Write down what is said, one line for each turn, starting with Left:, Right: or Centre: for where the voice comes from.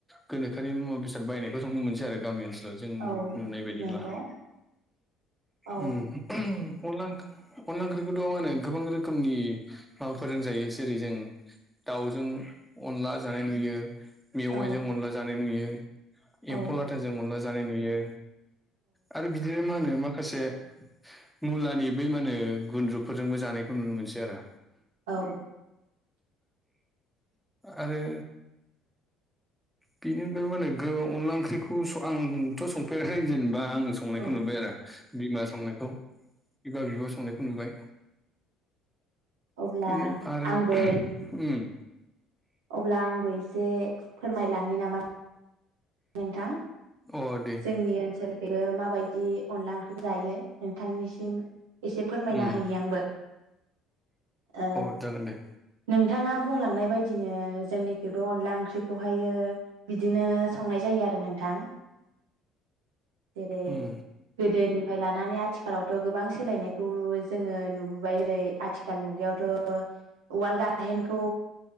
Centre: गोनोखोआरि मुवा बेसाद बायनायखौ नुनो मोनसै आरो गामि ओनसोलाव जों
Right: औ
Centre: नुनाय बायदिब्ला
Right: नंगौ औ
Centre: उम अनला अनला ओंख्रि खौथ' मा होनो गोबां रोखोमनि माबा फोरोंजायो जेरै जों दाउजों अनला जानाय नुयो मेवाइजों
Right: औ
Centre: अनला जानाय नुयो
Right: औ
Centre: एम्फौ लाथाजों अनला जानाय नुयो आरो बिदिनो मा होनो माखासे मुलानि बै मा होनो गुन्द्रुफोरजोंबो जानायखौ नुनो मोनसै आरो
Right: औ
Centre: आरो बेनि अनगा माहोनो अनला ओंख्रिखौ आंथ' संफेराखै जेनेबा आं संनायखौ
Right: औ
Centre: नुबाय आरो बिमा संनायखौ बिमा बिब' संनायखौ नुबाय
Right: अब्ला
Centre: बिनि आरो
Right: आंबो
Centre: उम
Right: अब्ला आंबो एसे फोरमायलांनि नामा नोंथां
Centre: अ दे
Right: जोंनि ओनसोल बेबो माबायदि अनला ओंख्रि जायो नोंथांनिसिम एसे फोरमायना
Centre: उम
Right: होनि आंबो ओ
Centre: अ जागोन दे
Right: नोंथाङा बुंलांनाय बायदिनो जोंनिखिबो अनला ओंख्रिखौहायो बिदिनो संनाय जायो आरो नोंथां जेरै
Centre: उम
Right: गोदोनि फ्राय लानानै आथिखालावथ' गोबां सोलायनायखौ जोङो नुबोबाय जेरै आथिखाल मुगायावथ' उवाल गाहेइन खौ